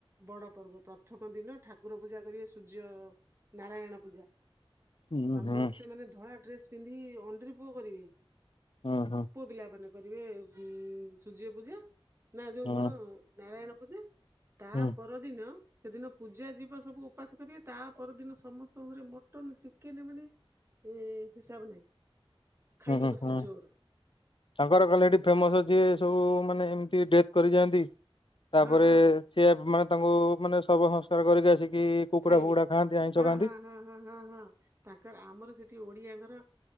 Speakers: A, on the right; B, on the left.
A: ବଡ ପର୍ବ ପ୍ରଥମ ଦିନ ଠାକୁର ପୂଜା କରିବେ ସୂର୍ଯ୍ୟ ନାରାୟଣ ପୂଜା।
B: ହୁଁ
A: ସମସ୍ତେ
B: ହୁଁ
A: ମାନେ ଧଳା ଡ୍ରେସ ପିନ୍ଧି ଅଣ୍ଡିରପୁଅ କରିବେ।
B: ହଁ ହଁ।
A: ପୁଅ ପିଲା ମାନେ କରିବେ ଉ ସୂର୍ଯ୍ୟ ପୂଜା ନା ଯୋଉ
B: ହୁଁ
A: କଣ ନାରାୟଣ ପୂଜା ତା
B: ହୁଁ
A: ପରଦିନ। ସେଦିନ ପୂଜା ଯିବା ସବୁ ଉପାସ କରିବେ ତା ପରଦିନ ସମସ୍ତଙ୍କ ଘରେ ମଟନ ଚିକେନ ମାନେ ସେ ହିସାବ ନାହିଁ। ଖାଇବେ
B: ହୁଁ ହୁଁ
A: କଷି
B: ହୁଁ
A: ଜୋର
B: ତାଙ୍କର କହିଲ
A: ଜି
B: ଏଠି ଫେମସ ଅଛି। ସବୁ ମାନେ ଏମତି ଡେଥ କରିଯାଆନ୍ତି ତାପରେ
A: ହଁ ହଁ
B: ସେ ମାନେ ତାଙ୍କୁ ମାନେ ସବୁ ସଂସ୍କାର କରିକି ଆସିକି। କୁକୁଡା
A: ଖାଇବେ
B: ଫୁକୁଡା ଖାଆନ୍ତି ଆଇଁଷ
A: ହଁ
B: ଖାଆନ୍ତି।
A: ହଁ ହଁ ହଁ ହଁ ହଁ। ତାଙ୍କର ଆମର ସେଠି ଓଡିଆଙ୍କର